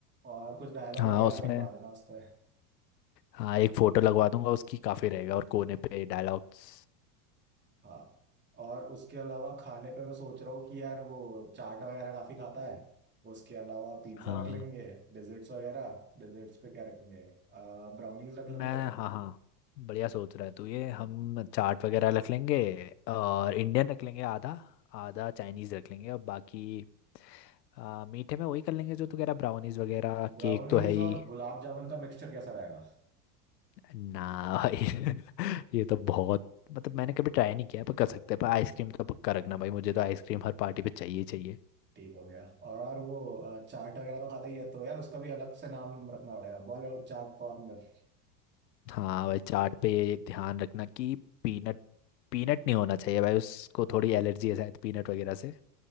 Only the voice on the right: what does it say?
और कुछ डायलॉग
वगैरह
लिखवा देना उस पर
हाँ और उसके अलावा खाने पे मैं सोच रहा हूँ कि यार वो चाट वगैरह काफी खाता है उसके अलावा पिज्जा
रख लेंगे डेजर्ट्स वगैरह डेजर्ट्स पे क्या रखेंगे ब्राउनीज रख लेंगे
ब्राउनीज
और गुलाब जामुन का मिक्सचर कैसा रहेगा
ठीक हो गया और वो अ, चाट वगैरह तो खाता ही है तो यार उसका भी अलग से नाम रखना पड़ेगा बॉलीवुड चाट कॉर्नर